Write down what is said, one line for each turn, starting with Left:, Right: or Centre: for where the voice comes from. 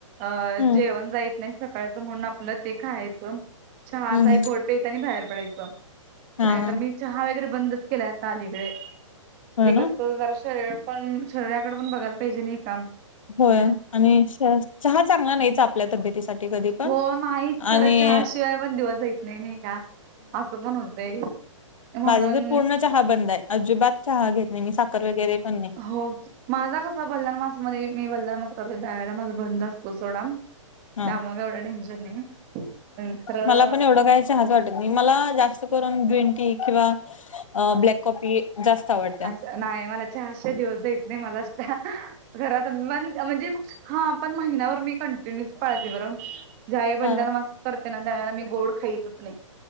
Right: अ
Left: हम्म
Right: जेवण जाईत नाय सकाळचं म्हणून आपलं ते खायचं चहाचा
Left: हम्म
Right: एक
Left: हम्म.
Right: घोट प्यायचं आणि बाहेर पडायचं
Left: हा
Right: नाहीतर
Left: हा
Right: मी चहा वगैरे बंदच केलाय आता अलीकडे
Left: होय
Right: ते
Left: ना
Right: कस जरा शरीर पण शरीराकड पण बघायला पाहिजे नाय काम
Left: होय आणि चहा चांगला नाहीच आपल्या तब्येतीसाठी कधी पण
Right: हो नाहीच
Left: आणि
Right: खरं चहाशिवाय पण दिवस जाईत नाही नाही का असं पण होतंय. म्हणून
Left: माझा तर पूर्ण चहा बंद आहे अजिबात चहा घेत नाही मी साखर वगैरे पण नाय.
Right: हो च माझा कसा बलदान मासमध्ये मी बलदान मास करते द्यायला माझा बंद असतो सोडा
Left: हा
Right: त्यामुळे काय एवढे टेन्शन नाही. खरं
Left: मला पण एवढं काय चहाच वाटत नाही मला जास्त करून ग्रीनटी किंवा अ ब्लॅक कॉपी जास्त आवडते.
Right: हर्ष नाही मला चहा शिवाय दिवस जाईत नाही मला घरात मन म्हणजे हा पण महिनाभर मी कंटिन्यूच पाळते बरं जय बलिदानमास
Left: हा
Right: करताना तयार गोड खाईतच नाही.